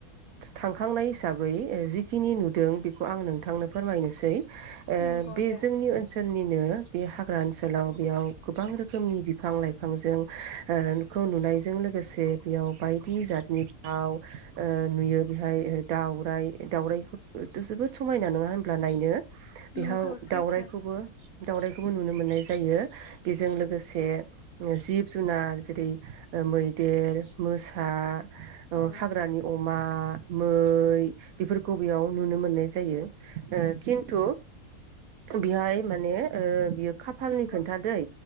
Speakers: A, on the right; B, on the left.
A: थांखांनाय हिसाबै जिखिनि नुदों बे खौ आं नोंथांनो फोरमायनोसै
B: नंगौ
A: बे
B: दे
A: जोंनि ओनसोलनि नो बे हाग्रा ओनसोलाव बेयाव गोबां रोखोमनि बिफां लाइफांजों ओ खौ नुनायजों लोगोसे बेयाव बायदि जातनि दाउ ओ नुयो बेहाय दाउराइ दाउरखौ जोबोद समायना नङा होनब्ला नायनो बेहाव
B: नंगौ सैथो
A: दावराइखौबो दावउरायइखौबो नुनो मोननाय जायो बेजों लोगोसे ओ जिब जुनार जेरै ओ मैदेर मोसा ओ
B: औ
A: हाग्रानि अमा आ मै बेफोरखौ बेयाव नुनो मोननाय जायो ओ खिन्थु बेहाय माने ओ बियो खाफालनि
B: नंगौ
A: खोन्थादै